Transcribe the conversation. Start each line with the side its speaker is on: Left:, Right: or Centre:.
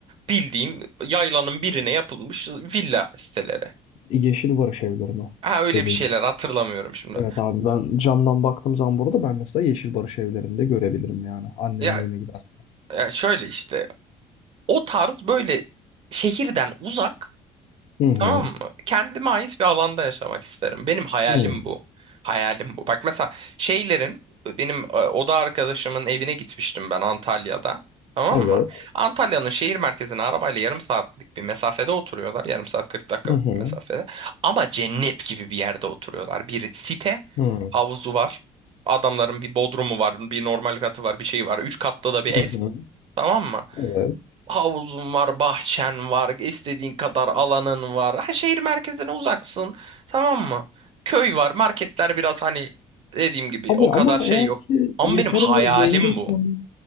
Right: Bildiğin yaylanın birine yapılmış villa siteleri.
Left: Yeşil barış evleri mi
Right: Ha öyle
Left: dediğin?
Right: bir şeyler hatırlamıyorum şimdi.
Left: Evet abi ben camdan baktığım zaman burada ben mesela Yeşil Barış evlerinde görebilirim yani annemin
Right: Ya,
Left: evine gidersem.
Right: ya şöyle işte o tarz böyle şehirden uzak
Left: Hı hı.
Right: Tamam mı? Kendime ait bir alanda yaşamak isterim. Benim hayalim
Left: Hı.
Right: bu. Hayalim bu. Bak mesela şeylerin benim e, oda arkadaşımın evine gitmiştim ben Antalya'da. Tamam
Left: Evet.
Right: mı? Antalya'nın şehir merkezine arabayla yarım saatlik bir mesafede oturuyorlar. Yarım saat 40 dakikalık
Left: Hı hı.
Right: bir mesafede. Ama cennet gibi bir yerde oturuyorlar. Bir site,
Left: Hı.
Right: havuzu var. Adamların bir bodrumu var, bir normal katı var, bir şey var. Üç katlı da bir ev.
Left: Hı hı.
Right: Tamam mı?
Left: Evet.
Right: Havuzun var, bahçen var, istediğin kadar alanın var. Ha, şehir merkezine uzaksın, tamam mı? Köy var, marketler biraz hani dediğim gibi
Left: Abi
Right: o kadar
Left: ama
Right: şey
Left: eğer
Right: yok.
Left: ki
Right: Ama
Left: yeterince
Right: benim hayalim
Left: zenginsen
Right: bu.